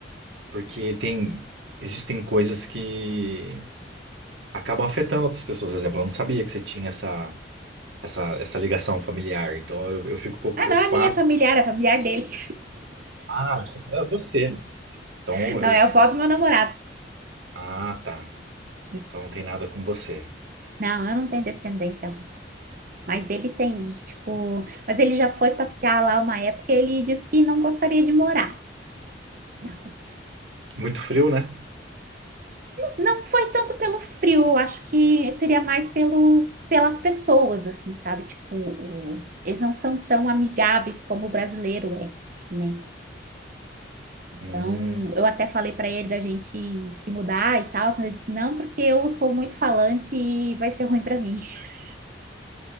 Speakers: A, on the right (about 85°); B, on the right (about 50°).
A: porque tem, existem coisas que acabam afetando outras pessoas. Por exemplo, eu não sabia que você tinha essa, essa, essa ligação familiar, então eu, eu fico um pouco
B: Ah,
A: preocupado.
B: não é minha familiar, é familiar dele.
A: Ah, achei que era você. né? Então
B: <laughs>
A: eu
B: Não, é a avó do meu namorado.
A: Ah, tá.
B: Isso.
A: Então não tem nada com você.
B: Não, eu não tenho descendência russa. Mas ele tem, tipo. Mas ele já foi passear lá uma época e ele disse que não gostaria de morar na Rússia.
A: Muito frio, né?
B: Não foi tanto pelo frio, eu acho que seria mais pelo, pelas pessoas, assim, sabe? Tipo, o- eles não são tão amigáveis como o brasileiro é, né? Então,
A: Hum.
B: eu até falei para ele da gente se mudar e tal, mas ele disse não, porque eu sou muito falante e vai ser ruim para mim. <laughs>